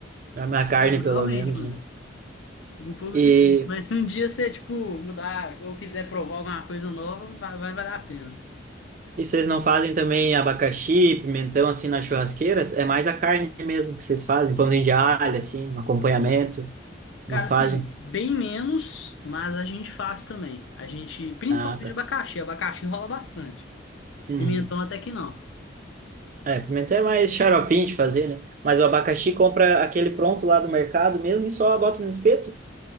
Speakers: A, on the right; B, on the left.
A: na minha carne,
B: Eu,
A: pelo
B: Realmente,
A: menos,
B: mano.
A: né.
B: Um pouco
A: E
B: difícil. Mas se um dia você, tipo, mudar ou quiser provar alguma coisa nova, vai, vai valer a pena.
A: E vocês não fazem também abacaxi, pimentão assim nas churrasqueiras? É mais a carne mesmo que vocês fazem, Um pãozinho de alho assim, um acompanhamento. Não
B: Cara, assim,
A: fazem?
B: bem menos, mas a gente faz também. A gente, principalmente
A: Ah, tá.
B: abacaxi. Abacaxi rola bastante.
A: Uhum.
B: Pimentão até que não.
A: É, pimentão é mais xaropinho de fazer, né? Mas o abacaxi compra aquele pronto lá do mercado mesmo e só bota no espeto.